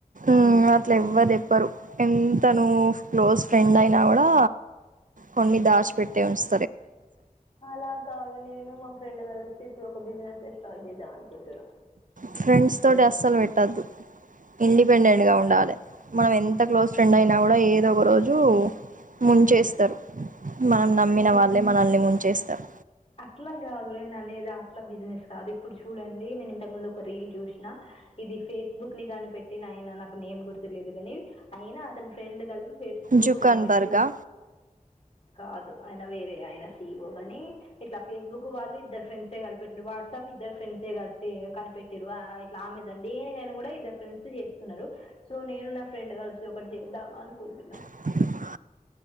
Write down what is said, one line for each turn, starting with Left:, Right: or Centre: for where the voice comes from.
Right: మ్ అట్లా ఎవ్వరు చెప్పరు ఎంత నువ్వు క్లోజ్ ఫ్రెండ్ అయినా కూడా కొన్ని దాచిపెట్టే ఉస్తుంది.
Left: అలా కాదు నేను మా ఫ్రెండ్ కలిసి ఇప్పుడు ఒక బిజినెస్ స్టార్ట్ చేస్తా. దం అనుకుంటున్నాం.
Right: ఫ్రెండ్స్ తోటి అసలు పెట్టొద్దు. ఇండిపెండెంట్ గా ఉండాలి మనం ఎంత క్లోజ్ ఫ్రెండ్ అయినా కూడా ఏ. ఏద ఒక రోజు ముంచేస్తారు మనం
Left: ఎందుకు
Right: నమ్మిన వాళ్ళే మనల్ని ముంచేస్తారు.
Left: అట్లా కాదు నిన్ అనేద అట్లా బిజినెస్. కాదు ఇప్పుడు చూడండి నేను ఇంతకు ముందు ఒక రీల్ చూసిన ఇది ఫేస్బుక్ ని కాని పెట్టి ఆయన నాకు నె. ఏం గుర్తులేదు కాని అయినా అతని ఫ్రెండ్ గలపి ఫేస్ బుక్
Right: జుకన్
Left: కనిపేటిరు
Right: బర్గా
Left: కాదు అయన వేరే ఆయన సీఈవో గాని ఇట్లా ఫేస్బుక్ వాళ్ళు ఇద్దరు ఫ్రెండ్సే కలిపి పెట్ను వాట్సాప్ ఇద్దరు ఫ్రెండ్సే కట్టి కనిపెట్రు ఆ ఇట్లా ఆమెజాన్ దేనికైనా కూడా ఇద్దరు ఫ్రెండ్స్ చేస్ తున్నారు సో నేను నా ఫ్రెండ్ కలిసి ఒకటి చేద్దామా అనుకుంటున్నాం
Right: అ